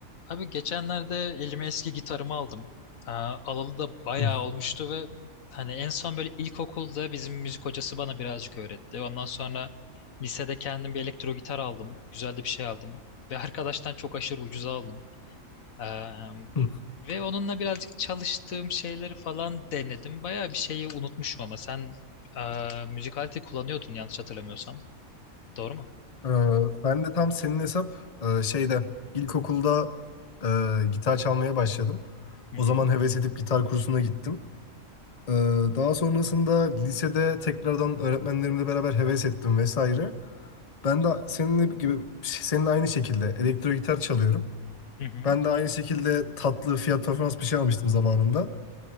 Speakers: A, on the left; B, on the left.
A: Abi geçenlerde elime eski gitarımı aldım. Aa, alalı da
B: Hı,
A: bayağı olmuştu ve hani en son böyle ilkokulda bizim müzik hocası bana birazcık öğretti. Ondan sonra lisede kendim bir elektro gitar aldım. Güzel de bir şey aldım. Ve arkadaştan çok aşırı ucuza aldım. Eee,
B: hı.
A: ve onunla birazcık çalıştığım şeyleri falan denedim. Bayağı bir şeyi unutmuşum ama sen eee müzik aleti kullanıyordun yanlış hatırlamıyorsam. Doğru mu?
B: Ee, ben de tam senin hesap e, şeyde ilkokulda e, gitar çalmaya başladım.
A: Hı
B: O
A: hı.
B: zaman heves edip gitar kursuna gittim. Ee, daha sonrasında lisede tekrardan öğretmenlerimle beraber heves ettim vesaire. Ben de seninle gibi senin aynı şekilde elektro gitar çalıyorum.
A: Hı hı.
B: Ben de aynı şekilde tatlı fiyat performans bir şey almıştım zamanında.